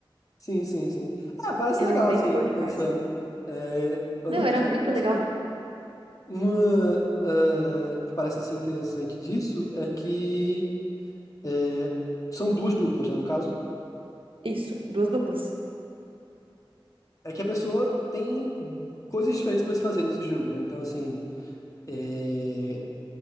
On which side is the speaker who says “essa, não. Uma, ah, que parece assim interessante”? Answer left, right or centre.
Left